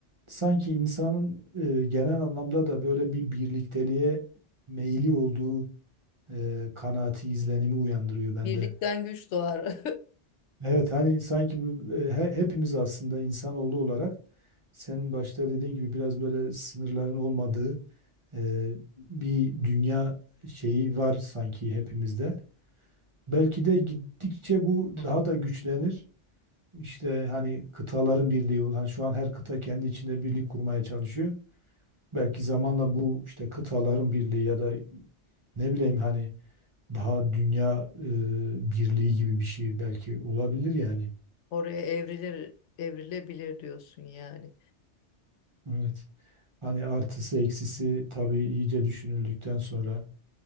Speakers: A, on the right; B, on the left.
A: sanki insanın e, genel anlamda da böyle bir birlikteliğe meyli olduğu e, kanaati, izlenimi uyandırıyor bende.
B: Birlikten güç doğar.
A: Evet hani sanki bu, e, he- hepimiz aslında insanoğlu olarak senin başta dediğin gibi biraz böyle sınırların olmadığı e, bir dünya şeyi var sanki hepimizde. Belki de gittikçe bu daha da güçlenir. İşte hani kıtaların birliği, hani şu an her kıta kendi içinde birlik kurmaya çalışıyor. Belki zamanla bu işte kıtaların birliği ya da ne bileyim hani daha dünya e, birliği gibi bir şey belki olabilir yani.
B: <laughs> Oraya evrilir, evrilebilir diyorsun yani.
A: Evet. Hani artısı eksisi tabii iyice düşünüldükten sonra